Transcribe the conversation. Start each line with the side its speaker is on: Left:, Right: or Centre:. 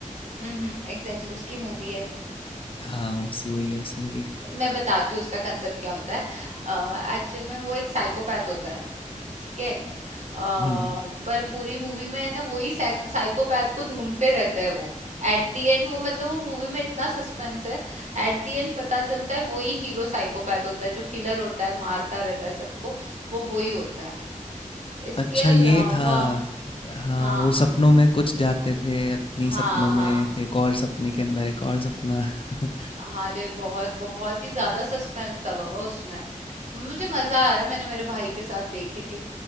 Right: हम्म एग्जैक्टली exactly, उसकी मूवी है
Left: हाँ उसी वही है इसमें भी
Right: मैं बताती हूँ उसका कंसेप्ट क्या होता है एक्चुअल में वो एक साइकोपैथ होता है ठीक है अ,
Left: हम्म
Right: पर पूरी मूवी में है ना वही साइकोपैथ को ढूंढते रहते हैं वो एट दी एंड वो मतलब वो मूवी में इतना सस्पेंस है एट दी एंड पता चलता है वही हीरो साइकोपैथ होता है जो किलर होता है मारता रहता है सबको वो वही होता है इसके
Left: अच्छा
Right: अलावा
Left: ये था हाँ
Right: हाँ
Left: वो सपनों में कुछ जाते थे अपनी
Right: हाँ
Left: सपनों
Right: हाँ
Left: में फिर
Right: हाँ
Left: एक और सपने के अंदर एक और सपना <laughs>
Right: अरे बहुत बहुत ही हम्म। ज्यादा सस्पेंस था बाबा उसमें मुझे मजा आया मैंने मेरे भाई के साथ देखी थी